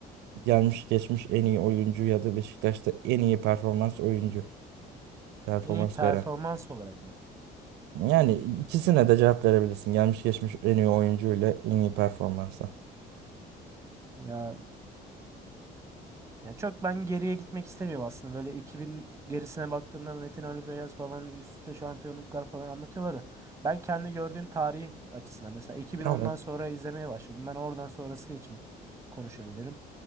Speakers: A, on the right; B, on the right.
A: gelmiş geçmiş en iyi oyuncu ya da Beşiktaş'ta en iyi performans oyuncu performans
B: En iyi performans
A: veren.
B: olarak mı?
A: Yani ikisine de cevap verebilirsin. Gelmiş geçmiş en iyi oyuncu ile en iyi performansa.
B: Ya Yani çok ben geriye gitmek istemiyorum aslında. Böyle 2000 gerisine baktığında Metin Ali Feyyaz falan üst üste şampiyonluklar falan anlatıyorlar da. Ben kendi gördüğüm tarih açısından mesela 2010'dan
A: Tamam.
B: sonra izlemeye başladım. Ben oradan sonrası için konuşabilirim.